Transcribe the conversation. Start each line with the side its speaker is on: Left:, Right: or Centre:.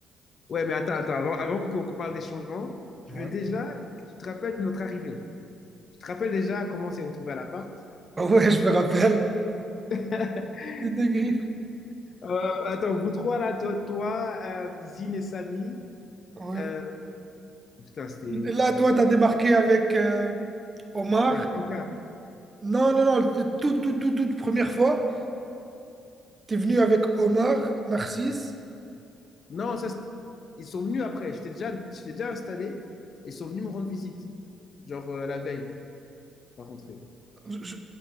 Left: Ouais, mais attends, attends, avant, avant qu'on qu'on parle des changements, je
Right: Ouais.
Left: veux déjà que tu te rappelles notre arrivée. Tu te rappelles déjà comment on s'est retrouvés à l'appart?
Right: Ah Ouais, je me rappelle.
Left: <laughs>
Right: Les deux griffes.
Left: Euh, attends, vous trois là, toi, toi, euh, Zine et Samy.
Right: Ouais.
Left: euh, putain, c'était
Right: Et là,
Left: c'était-
Right: toi, t'as débarqué avec euh, Omar.
Left: avec Franca.
Right: Non, non, non, le- toute toute tout, toute première fois, t'es venu avec Omar, Narcisse.
Left: Non, ça, c'était- ils sont venus après. J'étais déjà, j'étais déjà installé et ils sont venus me rendre visite, genre euh, la veille, pas rentré.
Right: Je- je-